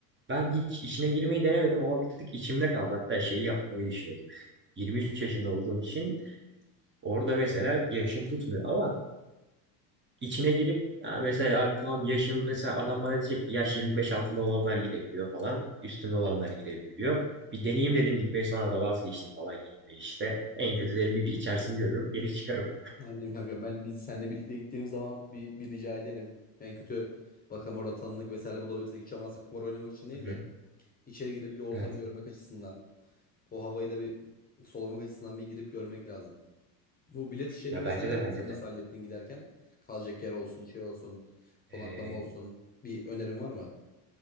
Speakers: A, on the right; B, on the left.
A: Ben hiç işine girmeyi denemedim ama bir tık içimde kaldı. Hatta şeyi yapmayı düşünüyordum. 23 yaşında olduğum için orada mesela yaşım tutmuyor ama içine girip ha, mesela tam yaşım mesela adam bana diyecek ki yaş 25 altında olanlar girebiliyor falan. Üstünde olanlar girebiliyor. Bir deneyeyim dedim girmeyi sonra da vazgeçtim falan girmeyi işte. En kötü derim bir içerisini görürüm geri çıkarım.
B: Aynen kanka ben biz seninle birlikte gittiğimiz zaman bir, bir rica edelim. En kötü bakalım orada tanınık vesaire bulabilirsek hiç olmazsa kumar oynamak için değil
A: Hı
B: de
A: hı.
B: içeri girip bir ortamı
A: Evet.
B: görmek açısından o havayı da bir solumak açısından bir girip görmek lazım. Bu bilet işlerini
A: Ya
B: vesaire
A: bence de bence
B: sen
A: de.
B: nasıl hallettin giderken? Kalacak yer olsun, şey olsun, konaklama
A: Ee,
B: olsun. Bir önerin var mı?